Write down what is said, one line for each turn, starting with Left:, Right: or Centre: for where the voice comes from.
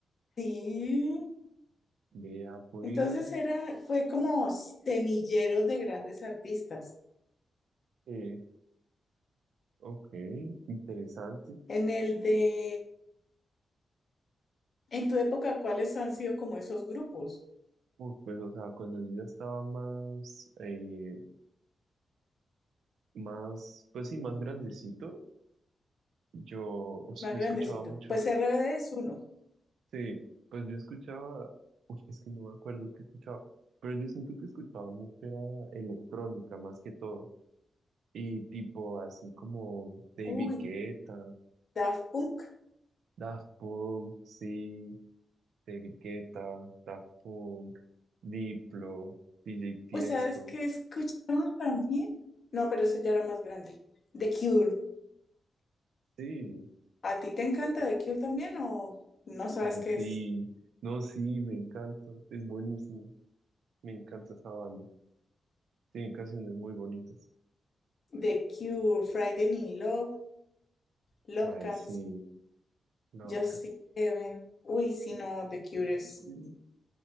Left: sí.
Right: vea pues,
Left: Entonces era, fue como semilleros de grandes artistas.
Right: eh, ok, interesante.
Left: En el de, en tu época, ¿cuáles han sido como esos grupos
Right: Uf, pues, o sea, cuando yo ya estaba más, eh, más, pues sí, más grandecito, yo, pues,
Left: más
Right: yo
Left: grandecitos?
Right: escuchaba mucho,
Left: Pues RBD es uno.
Right: sí, pues yo escuchaba, uy, es que no me acuerdo qué escuchaba, pero yo siento que escuchaba mucho era electrónica más que todo. Y tipo así como David
Left: Uy,
Right: Guetta,
Left: Daft Punk.
Right: Daft Punk, sí, David Guetta, Daft Punk, Diplo, DJ Tiesto,
Left: Uy, ¿sabes qué escuchaba también? No, pero eso ya era más grande. The Cure.
Right: sí,
Left: ¿A ti te encanta The Cure también o no sabes
Right: ay
Left: qué
Right: sí,
Left: es?
Right: no, sí, me encanta, es buenísimo, me encanta esa banda, tiene canciones muy bonitas,
Left: The Cure, Friday in Love, Love
Right: ay
Left: Cats,
Right: sí, Lovecats,
Left: Just See Heaven. Uy, si no, The Cure es.
Right: sí,